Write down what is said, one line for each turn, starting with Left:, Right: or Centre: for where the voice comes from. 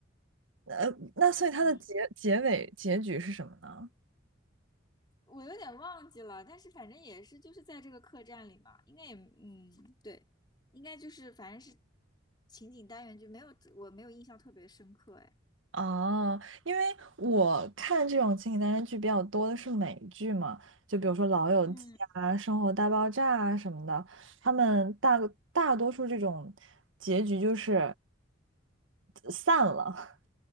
Right: 呃，那所以它的结结尾结局是什么呢？
Left: 嗯，我有点忘记了，但是反正也是就是在这个客栈里嘛，应该也，嗯，对，应该就是反正是情景单元剧，没有，我没有印象特别深刻，哎。
Right: 哦，因为我看这种情景单元剧比较多的是美剧嘛，就比如说《老友记》啊、
Left: 嗯，
Right: 《生活大爆炸》啊什么的，他们大大多数这种结局就是散了，